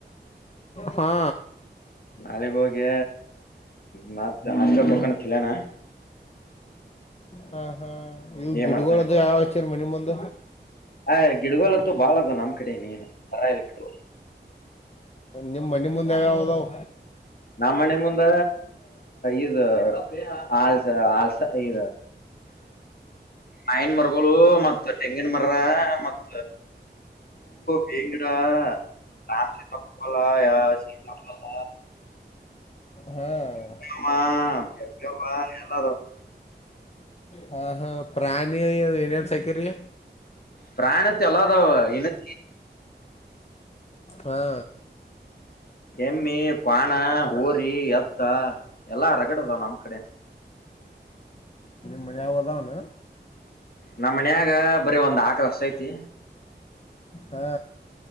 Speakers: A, on the left; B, on the left.
A: ಹಾ
B: ನಾಳ ಹೋಗೋಗಿ ಮ ಹಂತ ಕಕೊಂಡಲ್ಲ ನ.
A: ಹಾ ಹಾ ಇವ
B: ಏನ್
A: ಗಿಡಗಳ್ದ
B: ಮಾಡ್ತಾನೆ
A: ಯಾವಚರ ಮನೆ ಮುಂದ.
B: ಆ್ ಗಿಡಗೋತ್ತು ಬಾಳದ ನಮ್ಮ್ ಕಡೆ ನೇನುರ ಗಿ.
A: ನಿಮ್ಮ ನಿಮ್ಮಂದೆ ಯಾವದಾವ.
B: ನಮ್ಮ್ ಮನೆ ಮುಂದ ಇದು ಆಲ್ಸ ಆಲ್ಸ ಈ. ಆಯಿನ ಮರಗಳು ಮತ್ತ ತೆಂಗಿನ ಮರ ಮತ್. ಭೇಡ. ರಾಮಸ ಪಪ್ಪಲ್ಲ ಯ ಶೀತ ಲಪಲ್ಲ.
A: ಹಾ.
B: ಎಲ್ಲ.
A: ಹ ಹಾ ಪ್ರಾಣಿ ಎನನ್ ಸಕ್ಕರಿ
B: ಪ್ರಾಣಕ್ಕೆ ಅಲದಾವಕ್ಕೆ
A: ಹಾ
B: ಎಮ್ಮಿ ಕಾಣ ಊರಿ ಎತ್ತ ಎಲ್ಲಾ ಹರಗಡದಾವ್ ನಮ ಕಡೆ
A: ಮ ಯಾವದಾನ
B: ನಮ್ಮ್ ಮನಾಗ ಬರೀ ಒಂದ್ ಆಕಳ ಅಷ್ಟ ಐತಿ
A: ಹಾ